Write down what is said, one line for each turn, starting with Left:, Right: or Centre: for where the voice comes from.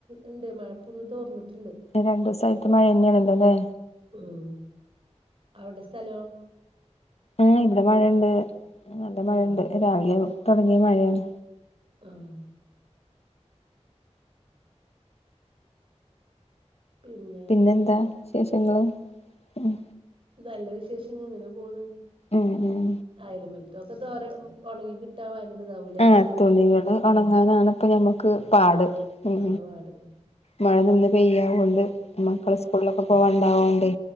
Right: ഉണ്ട് മഴ ഇപ്പോ ഒന്ന് തോർന്നിട്ടുണ്ട്
Left: രണ്ട് ദിവസം ആയിട്ട് മഴ തന്നെയണല്ലോല്ലേ
Right: ഉം അവിടെ സ്ഥലോ
Left: ആഹ് ഇവിടെ മഴയുണ്ട് നല്ല മഴയുണ്ട്
Right: ആഹ്
Left: രാവിലെ തുടങ്ങിയ മഴയാണ്
Right: ആഹ് പിന്നെ
Left: പിന്നെന്താ വിശേഷങ്ങള് ഉം
Right: നല്ല വിശേഷങ്ങള് ഇങ്ങനെ പോണ്
Left: ഉം ഉം
Right: അയല്പ്പക്കത്തൊക്കെ തോര ഉണങ്ങി കിട്ടാൻ ഭയങ്കര ഇതാവൂലേ
Left: ആഹ് തുണികള്
Right: മഴ കാരണം
Left: ഒണങ്ങാനാണ് ഇപ്പ ഞമ്മക്ക് പാട് ഉം
Right: അതാ പാട്
Left: മഴ നിന്ന് പെയ്യാവുകൊണ്ട് മക്കളെ സ്കൂളിലൊക്കെ പോക ഉണ്ടാവുന്നകൊണ്ടെ